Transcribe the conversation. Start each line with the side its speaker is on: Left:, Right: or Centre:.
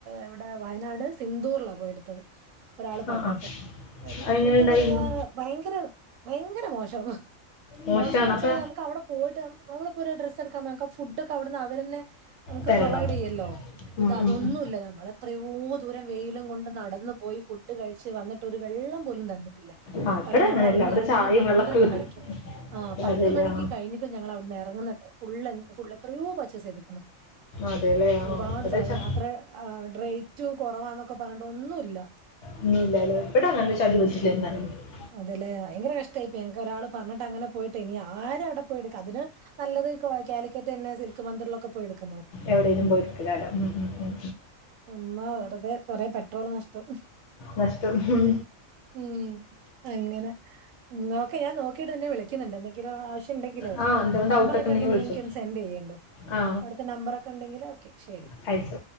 Right: ഇവിടെ വയനാട് സിന്ദൂർലാ പോയെട്ത്തത് ഒരാള് പർണേട്ട്
Left: ആ ആ
Right: എപ്
Left: എങ്ങനെ
Right: എന്താ
Left: ഉണ്ടായിരുന്നു
Right: പറയാ ഭയെങ്കര ഭയെങ്കര മോശം
Left: മോശമാണ്
Right: മോശംന്ന് വെച്ചാല്
Left: അപ്പൊ
Right: നമ്ക്ക് അവിടെ പോയിട്ട് ന നമ്മള്പ്പോ ഒരു ഡ്രസ്സെട്ക്കാൻ പോയോക്കാ ഫുഡൊക്കെ അവിടുന്ന് അവെരെന്നെ നമുക്ക്
Left: തരണം
Right: പ്രൊവൈഡെയ്യല്ലോ
Left: ഉം
Right: ഇതതൊന്നുംല്ല
Left: ഉം ഉം.
Right: നമ്മളെത്രയോ ദൂരം വെയിലും കൊണ്ട് നടന്ന് പോയി ഫുഡ് കഴിച്ച് വന്ന് ട്ടൊര് വെള്ളം പോലും തന്നിട്ടില്ല
Left: ആ അവിടെ
Right: പറീമ്പം ഞങ്ങഇവിട്ന്നെറെങ്ങ്ന്നെ
Left: അങ്ങനെയല്ല അവിടെ ചായയും
Right: പന്ത്രണ്ട്
Left: വെള്ളമൊക്കെ കിട്ടും
Right: മണിക്കാ ആഹ് പത്ത്
Left: അതെല്ലേ
Right: മണിക്ക്
Left: ആ
Right: കഴിഞ്ഞിക്ക് ഞങ്ങളവിട്ന്ന് എറങ്ങ്ന്നട്ട് ഫുള്ള് ഫുൾ എത്രെയോ പർച്ചേസെയ്ത് ന്ന്
Left: അതെല്ലേ ആ
Right: ഒര്പാട്
Left: ഇവിടെ
Right: സാധനം
Left: ച-
Right: അത്രെ ആഹ് റെയ്റ്റും കാെറവാന്നൊക്കെ പർഞ്ഞിട്ട് ഒന്നൂല്ലാ
Left: ഒന്നൂല്ലാലോ ബടെ അങ്ങെനെ <unintelligible>
Right: അതെലേ ഭയെങ്കെരെ കഷ്ടായ്പ്പോയി ഞങ്ങക്കൊരാളും പർഞ്ഞിട്ടങ്ങെനെ പോയിട്ട് ഇനി ആരും അവടെ പോയി എട്ക്ക അതിന് നല്ലത് കോ കാലിക്കറ്റ് റ്റെന്നെ സിൽക്ക് മന്ദിർലൊക്കെ പോയി എട്ക്ക്ന്നെ
Left: എവിടേലും പോയ് ട്ക്കലാലം ഉം ഉം ഉം ഉം
Right: ചുമ്മാ വെറ്തേ കൊറേ പെട്രോള് നഷ്ടം
Left: നഷ്ടം ഹും
Right: ഉം അങ്ങെനെ നോക്കെ ഞാൻ നോക്കീട്ട് നിന്നെ വിളി ക്ക്ന്ന്ണ്ട് എന്തെങ്കിലും ആവശ്യംണ്ടെങ്കിലേ
Left: ആ എന്തെങ്കിലും
Right: നമ്പറാട്ട്ണ്ടെ
Left: ഡൗട്ടൊക്കെ ഉണ്ടെങ്കിൽ
Right: നീ
Left: വിളിച്ചോ
Right: എൻക്കൊന്ന് സെന്റെയ്യേണ്ടൂ
Left: ആ
Right: അവിട്ത്തെ നമ്പറൊക്കെണ്ടെങ്കില് ഓക്കെ ശെരി
Left: അയ്ച്ച്